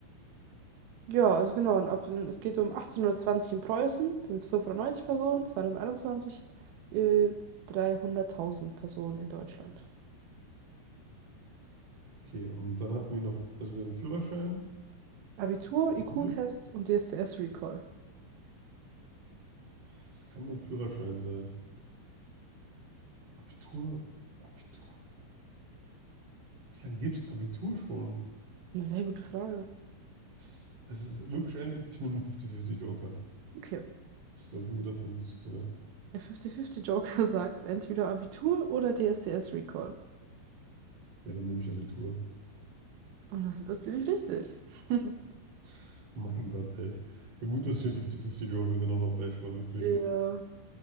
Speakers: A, on the right; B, on the right.
A: Ja, also genau. Und ab, es geht so um 1820 in Preußen, sind es 590 Personen, 2021 äh, 300.000 Personen in Deutschland.
B: Okay, und dann hatten wir noch, also wir haben Führerschein,
A: Abitur,
B: Abitur.
A: IQ-Test und DSDS-Recall.
B: Ach, Es kann nur Führerschein sein. Abitur, Abitur. Wie lange gibt's Abitur schon?
A: Eine sehr gute Frage.
B: Es, es ist wirklich irgendwie, ich nehme einen 50-50 Joker.
A: Okay.
B: Das ist, glaube ich, ein guter Punkt zu verwenden.
A: Der 50-50-Joker <laughs> sagt entweder Abitur oder DSDS-Recall.
B: Ja, dann nehme ich Abitur.
A: Und das ist natürlich richtig. <laughs>
B: <laughs> Mein Gott, ey. Ja, gut, dass ich den 50-50 Joker genommen habe, weil ich war wirklich.
A: Ja,